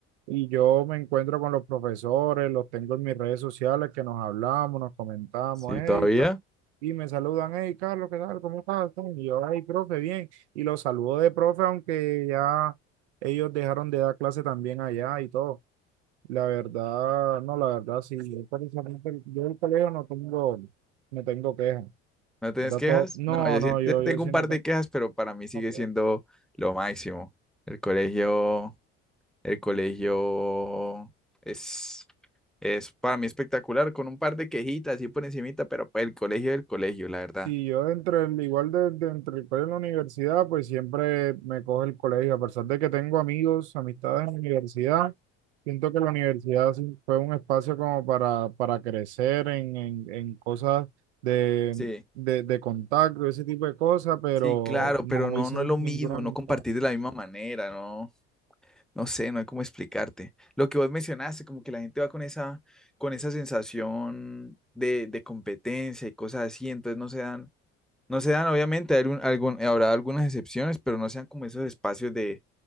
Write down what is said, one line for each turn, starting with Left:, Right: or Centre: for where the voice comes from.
Right: y yo me encuentro con los profesores, los tengo en mis redes sociales que nos hablamos, nos comentamos,
Centre: Sí,
Right: hey,
Centre: todavía.
Right: y me saludan, hey Carlos, ¿qué tal? ¿Cómo estás? Y yo, hey profe, bien. Y los saludo de profe, aunque ya ellos dejaron de dar clase también allá y todo. La verdad, no, la verdad, sí, yo, precisamente, yo del colegio no tengo, no tengo quejas.
Centre: ¿No tienes
Right: ¿verdad?
Centre: quejas?
Right: Todo- no,
Centre: No, yo
Right: no,
Centre: sí
Right: yo,
Centre: yo
Right: yo
Centre: tengo
Right: sí
Centre: un par
Right: no tengo
Centre: de quejas, pero para mí sigue
Right: quejas.
Centre: siendo lo máximo. El colegio. El colegio es, es para mí espectacular, con un par de quejitas y por encimita, pero pues el colegio es el colegio, la verdad.
Right: Sí, yo entre el, igual de, de entre el colegio y la universidad, pues siempre me coge el colegio, a pesar de que tengo amigos, amistades en la universidad, Siento que la universidad sí fue un espacio como para, para crecer en, en, en cosas de,
Centre: Sí,
Right: de, de contacto, ese tipo de cosas, pero
Centre: sí, claro,
Right: no
Centre: pero no,
Right: hice
Centre: no es lo mismo,
Right: ninguna amistad.
Centre: no compartir de la misma manera, no, no sé, no hay cómo explicarte. Lo que vos mencionaste, como que la gente va con esa, con esa sensación de, de competencia y cosas así, entonces no se dan, no se dan, obviamente, hay un- algún, habrá algunas excepciones, pero no sean como esos espacios de,